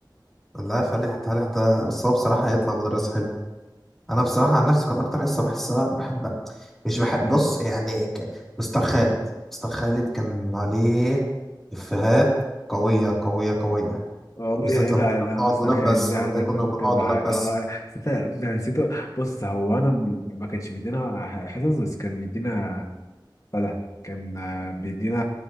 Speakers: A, in the centre; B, on the left (about 45°).
A: لا فالح فالح ده بس هو بصراحه هيطلع مدرس حلو انا بصراحه عن نفسي كانت اكتر حصه بحسها بحب مش بحب بص يعني ك- مستر خالد مستر خالد كان عليه افيهات قويه قويه قويه
B: اه
A: بالذات
B: إيه،
A: لما
B: لا
A: كنا
B: لا
A: بنقعد
B: مستر
A: ولاد
B: خالد
A: بس
B: ده
A: لما
B: انا
A: كنا
B: كنت
A: بنقعد
B: مع
A: ولاد بس
B: اه بس انت أنا نسيته بص هو انا م- ما كانش بيدينا ح- حصص بس كان بيدينا بتاع ده كان آه، بيدينا